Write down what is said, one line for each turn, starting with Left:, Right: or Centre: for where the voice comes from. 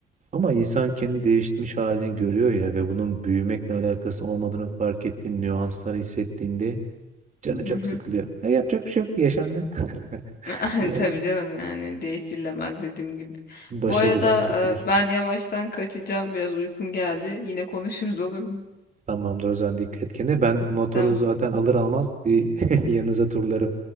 Right: Ama insan kendi değişmiş halini görüyor ya ve bunun büyümekle alakası olmadığını fark ettiğin nüansları hissettiğinde canı
Left: <laughs>
Right: çok sıkılıyor. E, yapacak bir şey yok. Yaşandı. <laughs>
Left: <laughs>
Right: Ya,
Left: Tabii canım yani değiştirilemez dediğim gibi.
Right: Başa
Left: Bu arada
Right: gelen çekilir.
Left: e, ben yavaştan kaçacağım. Biraz uykum geldi. Yine konuşuruz olur mu?
Right: Tamamdır o zaman dikkat et kendine. Ben motoru
Left: Tamam.
Right: zaten alır almaz bir <laughs> yanınıza turlarım.